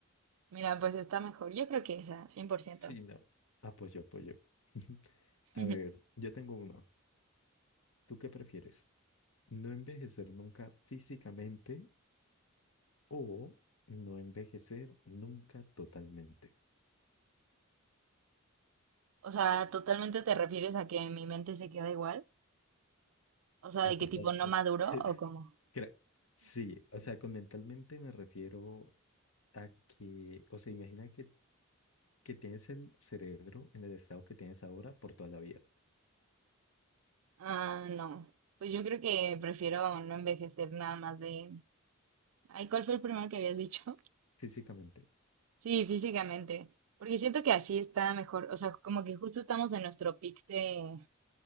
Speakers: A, on the right (about 85°); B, on the left (about 80°).
A: Mira, pues está mejor. Yo creo que esa, 100%.
B: Sí, no, apoyo, apoyo. <laughs> A
A: <laughs>
B: ver, yo tengo uno. ¿Tú qué prefieres? ¿No envejecer nunca físicamente O no envejecer nunca totalmente.
A: O sea, totalmente te refieres a que mi mente se queda igual. O sea, de
B: Ah, perdón.
A: qué tipo no maduro
B: <laughs>
A: o cómo.
B: Creo- Sí, o sea, con mentalmente me refiero a que, o sea, imagina que, que tienes el cerebro en el estado que tienes ahora por toda la vida,
A: Ah, no. Pues yo creo que prefiero no envejecer nada más de. Ay, ¿cuál fue el primero que habías dicho? <laughs>
B: físicamente.
A: Sí, físicamente. Porque siento que así está mejor. O sea, como que justo estamos en nuestro pic de